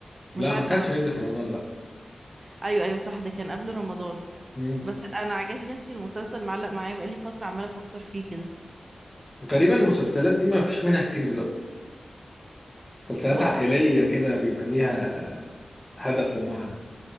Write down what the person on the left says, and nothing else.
لا
ما كانش
بينزل في رمضان لا
مم.
غالبا المسلسلات دي ما فيش منها كتير دلوقتي مسلسلات
عائلية كده بيبقى ليها هدف ومعنى